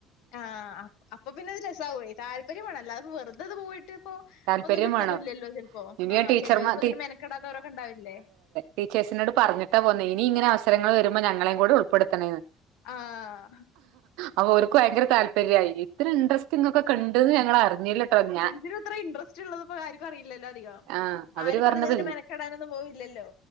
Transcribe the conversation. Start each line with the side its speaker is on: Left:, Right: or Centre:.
Left: ആഹ് അപ്പൊ പിന്നെ ഇത് രസാവുവേ താല്പര്യ വേണം അല്ലാതെ വെറ്തെത് കൂടിട്ട് പ്പൊ
Right: താല്പര്യം
Left: ഒന്നും കിട്ടൊന്നുല്ല്യല്ലോ
Right: വേണം
Left: ചെൽപ്പോ
Right: ഇനി
Left: ആഹാ
Right: ഞാൻ ടീച്ചർമാർ
Left: ചെലോലിപ്പതിന് മെനക്കെടാത്തോരൊക്കെണ്ടാവില്ലേ?
Right: ടീചേഴ്‌സിനോട് പറഞ്ഞിട്ട പോന്നെ ഇനി ഇങ്ങനെ അവസരങ്ങള് വരുമ്പോ ഞങ്ങളെയും കൂടെ ഉൾപ്പെടുത്തണേന്ന്
Left: ആഹ്
Right: അപ്പൊ ഒർക്ക് ഭയങ്കര താല്പര്യഅയിന് ഒര് ഇൻടറസ്റ്റ് ഇങ്ങക്കൊക്കെ ഇണ്ടത് ഞങ്ങളഅറിഞ്ഞില്ല ട്ടോ ഞ
Left: ഇത് ഇത്രയും ഇൻട്രസ്റ്റ് റ്റ്ള്ളത് ഇപ്പൊ ആര്ക്കും അറിയില്ലല്ലോ അധികം
Right: ആ അവര്
Left: ആരുംപ്പതിന്
Right: പറഞ്ഞത്
Left: മെനക്കെടാനൊന്നും പോവില്ലല്ലോ